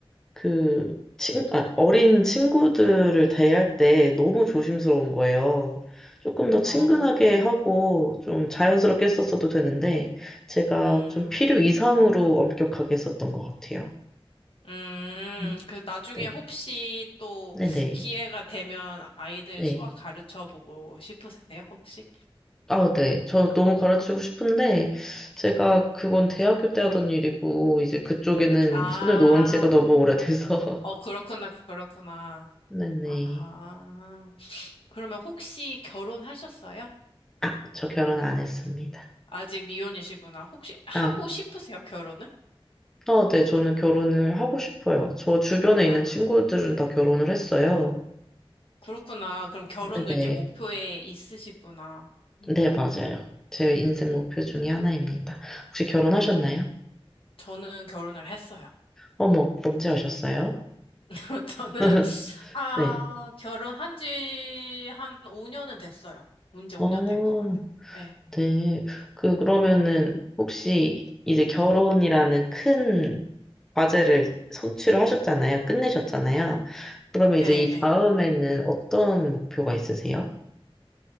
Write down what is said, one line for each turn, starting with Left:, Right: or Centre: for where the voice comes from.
Centre: 그, 친, 아, 어린 친구들을 대할 때 너무 조심스러운 거예요. 조금 더 친근하게
Left: 어,
Centre: 하고 좀 자연스럽게 했었어도 되는데, 제가
Left: 음,
Centre: 좀 필요 이상으로 엄격하게 했었던 것 같아요.
Left: 음,
Centre: 음,
Left: 그 나중에
Centre: 네.
Left: 혹시 또
Centre: 네네.
Left: 기회가 되면 아이들
Centre: 네.
Left: 수학 가르쳐 보고 싶으세요, 혹시?
Centre: 아, 네. 저 너무 가르치고 싶은데, 제가 그건 대학교 때 하던 일이고, 이제 그쪽에는
Left: 아,
Centre: 손을 놓은 지가 너무 오래돼서.
Left: 어, 그렇구나, 그렇구나.
Centre: <laughs> 네네.
Left: 아하. 그러면 혹시 결혼하셨어요?
Centre: 아, 저 결혼 안 했습니다.
Left: 아직 미혼이시구나. 혹시 하고
Centre: 아,
Left: 싶으세요, 결혼을?
Centre: 어, 네, 저는 결혼을 하고 싶어요. 저 주변에
Left: 아,
Centre: 있는 친구들은 다 결혼을 했어요.
Left: 그렇구나. 그럼 결혼도
Centre: 네, 네,
Left: 이제 목표에 있으시구나. 음,
Centre: 네, 맞아요. 제 인생
Left: 음.
Centre: 목표 중에 하나입니다. 혹시 결혼하셨나요?
Left: 저는 결혼을 했어요.
Centre: 어머, 언제 하셨어요?
Left: <laughs> 저는,
Centre: <laughs>
Left: 아,
Centre: 네.
Left: 결혼한 지 한 5년은 됐어요. 이제 5년
Centre: 어,
Left: 된 것 같아요. 예,
Centre: 네. 그, 그러면은, 혹시 이제 결혼이라는 큰 과제를 성취를 하셨잖아요. 끝내셨잖아요. 그러면 이제
Left: 예,
Centre: 이
Left: 예.
Centre: 다음에는 어떤 목표가 있으세요?